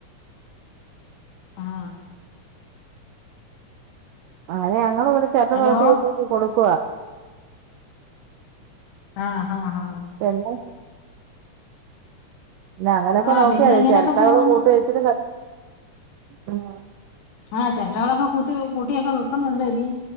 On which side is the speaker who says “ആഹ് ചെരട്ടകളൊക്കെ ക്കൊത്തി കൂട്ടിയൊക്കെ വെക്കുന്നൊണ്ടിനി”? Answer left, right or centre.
Left